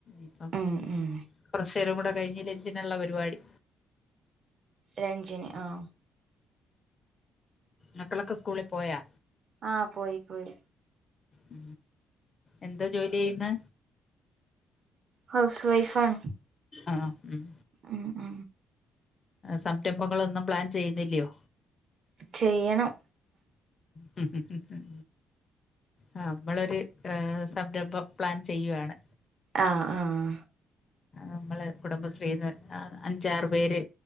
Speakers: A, on the left; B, on the right.
A: ഇപ്പം
B: ഉം ഉം
A: കൊറച്ചേരും കൂടെ കഴിഞ് ലഞ്ചിനുള്ള പരിപാടി
B: ലഞ്ചിനി ആഹ
A: മക്കളൊക്കെ സ്കൂളീ പോയാ
B: ആഹ പോയി പോയി
A: ഉ എന്തോ ജോലി ചെയ്യുന്ന
B: ഹൗസ് വൈഫാണ്ണ്
A: ആഹ ഉം
B: ഉ ഉ
A: സംരംഭങ്ങളൊന്നും പ്ലാൻ ചെയ്യുന്നി ല്യോ
B: ചെയ്യണം
A: മ് മ് മ് ആ നമ്മളരു സംരംഭം പ്ലാൻ ചെയ്യുവയാണ്
B: ആഹ ആഹ
A: നമ്മള് കുടുംബശ്രീന്ന് അഞ്ചാറ് പേര്